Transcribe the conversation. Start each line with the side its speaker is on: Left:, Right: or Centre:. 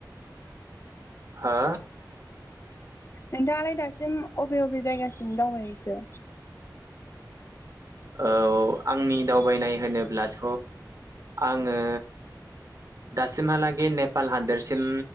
Right: हो।
Left: नोंथाङालाय दासिम अबे अबे जायगासिम दावबायहैखो।
Right: औ आंनि दावबायनाय होनोब्लाथ आङो। दासिमहालागि नेपाल हादरसिम